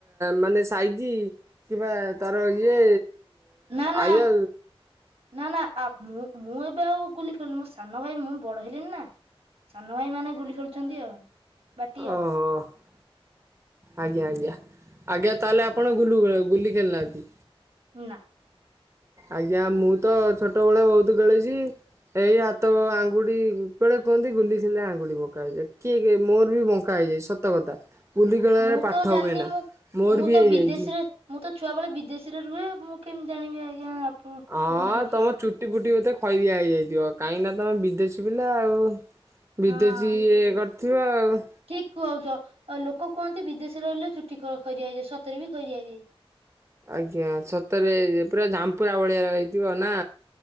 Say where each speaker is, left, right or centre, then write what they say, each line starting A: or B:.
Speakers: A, on the right; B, on the right.
A: ମାନେ ସାଇଜି କି କିବା ତାର ଇଏ
B: ନା ନା
A: ଆଇଆ
B: ନା ନା ମୁଁ ମୁଁ ଏବେ ଆଉ ଗୁଲି ଖେଲୁନି ମୋ ସାନ ଭାଇ ମୁଁ ବଡ ହେଲିନି ନା। ସାନ ଭାଇ ମାନେ ଗୁଲି ଖେଳୁଛନ୍ତି ଆଉ। ବାଟି
A: ଅହୋ।
B: ଆଉ
A: ଆଜ୍ଞା ଆଜ୍ଞା ଆଜ୍ଞା ତାହେଲେ ଆପଣ ଗୁଲୁ ଖେଳ ଗୁଲି ଖେଳନାହାନ୍ତି
B: ନାଁ
A: ଆଜ୍ଞା ମୁଁ ତ ଛୋଟ ବେଳେ ବହୁତ ଖେଳିଛି ଏଇ ହାତ ଆଙ୍ଗୁଠି ବେଳେ କୁହନ୍ତି ଗୁଲିଖେଲିଲେ ଆଙ୍ଗୁଠି ବଙ୍କା ହେଇଯାଏ କିଏ କି ମୋର ବି ବଙ୍କା ହେଇଯାଇଛି ସତ ସତକଥା ଗୁଲିଖେଳରେ
B: ମୁଁ
A: ପାଠ
B: ତ ଜାଣିନି
A: ହୁଏନା
B: ମୁଁ
A: ମୋର
B: ମୁଁ
A: ବି
B: ତ
A: ହେଇଯାଇଛି
B: ବିଦେଶୀରେ ମୁଁ ତ ଛୁଆବେଳେ ବିଦେଶରେ ରୁହେ ମୁଁ କେମିତି ଜାଣିବି ଆଜ୍ଞା ଆପଣ
A: ହଁ
B: ଗୁଲି
A: ତମ
B: ଖେଳ
A: ଚୁଟି ଫୁଟି ବୋଧେ ଖଇରିଆ ହେଇଯାଇଥିବ କାହିଁକି ନା ତମେ ବିଦେଶୀ ପିଲା ଆଉ-
B: ହଁ
A: ବିଦେଶୀ ଇଏ କରିଥିବ ଆଉ
B: ଠିକ କୁହୁଛ ଆଉ ଲୋକ କୁହନ୍ତି ବିଦେଶରେ ରହିଲେ ଚୁଟି ଖ ଖଇରିଆ ହେଇଯାଏ ସତରେ ବି ଖଇରିଆ ହେଇଯାଇଛି
A: ଆଜ୍ଞା ସତରେ ପୁରା ଝଂପୁରା ଭଳିଆର ହେଇଥିବ ନା